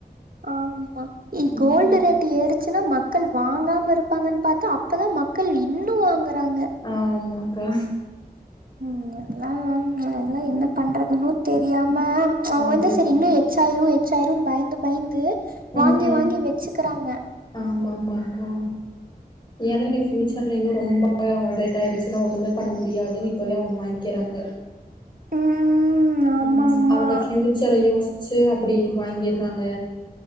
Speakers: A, on the right; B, on the left.
A: ஆமா இ கோல்டு
B: ம்
A: ரேட் டு ஏறுச்சுன்னா மக்கள் வாங்காம இருப்பாங்கனு பாத்தா அப்பதா மக்கள் இன்னு வாங்குறாங்க
B: ஆமாக்கா
A: ம் எல்லா எல்லா என்ன பண்றதுன்னு தெரியாம அவங்க
B: அதுதாக்கா
A: வந்து சேரி இன்னு எச்சாயிரு எச்சாயிருனு பயந்து பயந்து
B: ம்
A: வாங்கி
B: ம்
A: வாங்கி வச்சுக்குறாங்க
B: ஆமா ஆமா அக்கா ஏனா இனி ஃப்யூச்சர்ல இன்னு ரொம்ப ரேட் ஆயிடுச்சுன்னா ஒண்ணுமே பண்ண முடியாதுன்னு இப்போவே அவுங்க வாங்கிறாங்க
A: ம் ம் ஆமா
B: ம்
A: ஆமா
B: அவுங்க ஃபியூச்சரை யோசிச்சு அப்டி வாங்கிறாங்க